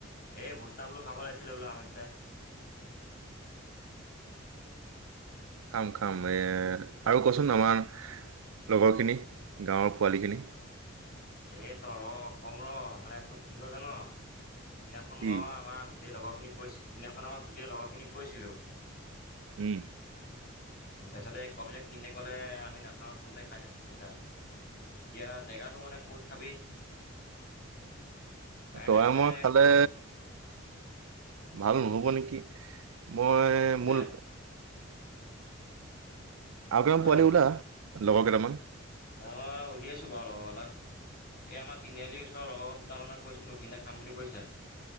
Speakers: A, on the left; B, on the right.
A: এই ভোজতা বোলো খাব লাগিছিলে বোলো আমি দুটাই
B: খাম খাম, এ আৰু কচোন আমাৰ লগৰখিনি গাঁৱৰ পোৱালিখিনি
A: এ ত কম ৰ মানে তোৰ কি হ ল জান সেইদিনাখন
B: কি
A: মই আমাৰ গোটেই লগৰখিনিক কৈ সেইদিনাখন আমাৰ গোটেই লগৰখিনিক কৈছিলোঁ
B: উম
A: তাৰপাছত কবি তাক খিনে কলে আমি নাখাওঁ তোহে খাই দে দুটা তাই এতিয়া জেগাতটো মানে ক'ত খাবি কাইলৈ
B: তই
A: মানে
B: মই খালে
A: খাওঁ নেকি
B: ভাল নহ'ব নেকি মই মোল
A: হে
B: আৰু কেইটামান
A: হয়
B: পোৱালি
A: নেকি
B: উলা, লগ কেইটামান
A: মই সুধি আছো বাৰু লগ কেইটা এই আমাৰ তিনিআলিৰ ওচৰৰ লগৰ দুটামানক কৈছিলো খাম বুলি কৈছে